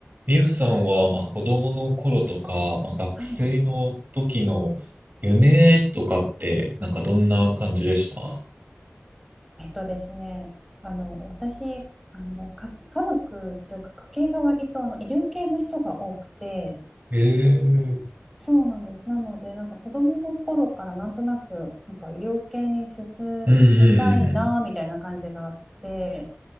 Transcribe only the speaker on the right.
みゆさんは、まあ、子供の頃とか、まあ、学生の時の夢とかって、
なんかどんな感じでした
ええー
うんうんうんうん。